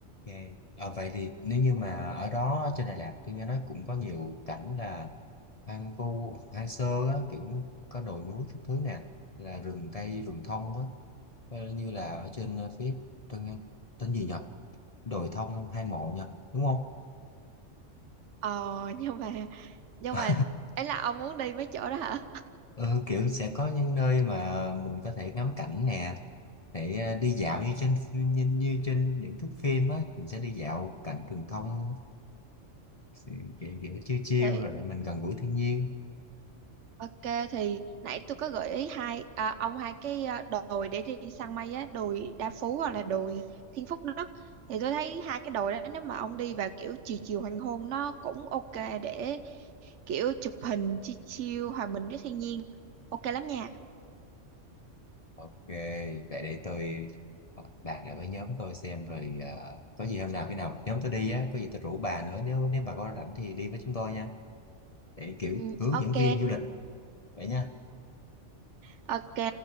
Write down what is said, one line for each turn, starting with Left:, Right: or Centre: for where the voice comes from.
Left: ok Ờ, vậy thì nếu như mà ở đó trên Đà Lạt tôi nghe nói cũng có nhiều cảnh là hoang vu hoang sơ á kiểu có đồi núi các thứ nè là rừng cây rừng thông á Ờ, như là ở trên ờ, phía tôi nghe tên gì nhỉ đồi thông hai mộ nhỉ đúng
Right: ờ <laughs> nhưng mà nhưng
Left: không
Right: mà ấy là ông muốn đi mấy chỗ đó hả
Left: Ừ, kiểu sẽ có những nơi mà mình có thể ngắm cảnh nè, để ờ, đi dạo như trên phi- như, như trên những thước phim á, mình sẽ đi dạo cảnh rừng thông kiểu, kiểu chiêu chiêu
Right: thì
Left: rồi để mình gần gũi thiên nhiên.
Right: ok thì nãy tôi có gợi ý hai à, ông hai cái à, đồi để đi săn mây á đồi Đa Phú hoặc là đồi Thiên Phúc Đất thì tôi thấy hai cái đồi đó nếu mà ông đi vào kiểu chiều chiều hoàng hôn nó cũng ok để kiểu chụp hình chill chill hòa mình với thiên nhiên ok lắm nha
Left: Ok, vậy để tôi ờ, bàn lại với nhóm tôi xem rồi ờ, có gì hôm nào khi nào nhóm tôi đi á, có gì tôi rủ bà nữa nếu nếu bà có rảnh thì đi với chúng tôi nha. Để kiểu
Right: ừ,
Left: hướng
Right: ok
Left: dẫn viên du lịch vậy nha.
Right: ok